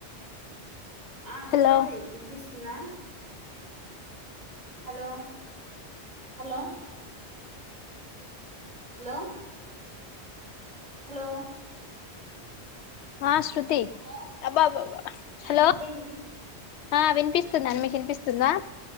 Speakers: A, on the right; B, on the left.
A: ఆ
B: హలో
A: చెప్పండి వినిపిస్తుంది వినిపిస్తుందా హలో హలో హలో హలో
B: ఆ శృతి
A: హలో
B: అబ్బబాబా హలో
A: ఆ చెప్పండి
B: ఆ విన్ వనిపిస్తుంది మీకు వినిపిస్తుందా